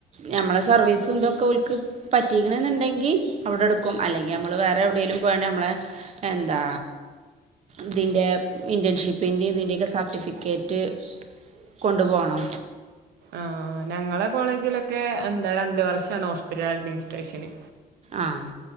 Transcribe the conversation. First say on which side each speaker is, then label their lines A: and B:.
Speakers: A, on the right; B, on the right.
A: ഞമ്മളെ സർവീസും ഇതൊക്കെ ഓൽക്ക് പറ്റിക്കണ് എന്നുണ്ടെങ്കിൽ അവിടെടുക്കും അല്ലങ്കി നമ്മൾ വേറെ എവിടെലും വേണേ അമ്മളേ എന്താ ഇതിൻ്റെ ഇന്റേൺഷിപ്പിൻ്റെയും ഇതിന്റെ ഒക്കെ സർട്ടിഫിക്കറ്റ് കൊണ്ടുപോണം
B: ആഹ് ഞങ്ങളെ കോളേജിലൊക്കെ എന്താ രണ്ട് വർഷമാണ് ഹോസ്പിറ്റൽ അഡ്മിനിസ്ട്രേഷന്
A: ആഹ്